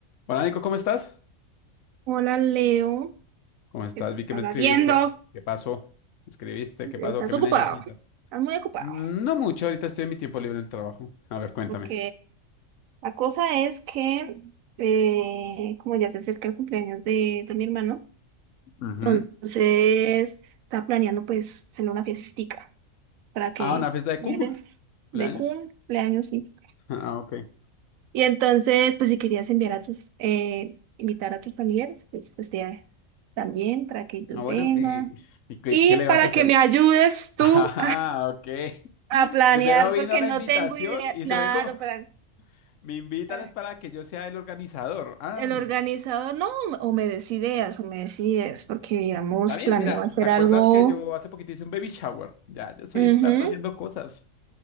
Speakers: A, on the left; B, on the right.
A: Hola Nico, ¿cómo estás?
B: Hola Leo,
A: ¿Cómo estás?
B: ¿qué estás
A: Vi que me escribiste.
B: haciendo?
A: ¿Qué pasó? ¿Me escribiste?
B: Es-
A: ¿Qué
B: Estás
A: pasó? ¿Qué me
B: ocupado,
A: necesitas?
B: estás muy ocupado.
A: Mm, No mucho, ahorita estoy en mi tiempo libre en el trabajo. A ver, cuéntame.
B: Ok, la cosa es que, eh, como ya se acerca el cumpleaños de, de mi hermano,
A: Ujú.
B: entonces está planeando pues hacerle una fiestica para que
A: Ah, una fiesta de
B: viene
A: Kuma, cumpleaños.
B: de cumpleaños, sí.
A: <laughs> Ah, ok.
B: Y entonces, pues si querías enviar a tus, eh, invitar a tus familiares, pues, pues te- también para que ellos
A: Ah, bueno,
B: vengan.
A: ¿y, y qué,
B: Y
A: qué le
B: para
A: vas a hacer?
B: que me ayudes tú
A: Ah, ok.
B: A
A: <laughs>
B: planear
A: Primero vino
B: porque
A: la
B: no
A: invitación
B: tengo idea,
A: y
B: claro,
A: luego <laughs>
B: para,
A: me invitan
B: para-
A: es para que yo sea el organizador. Ah,
B: el organizador, no, o me des ideas, o me des ideas, porque digamos,
A: está bien,
B: planeo
A: mira,
B: hacer
A: ¿te acuerdas
B: algo,
A: que yo hace poquito hice un baby shower? Ya, yo soy
B: ujú,
A: experto haciendo cosas.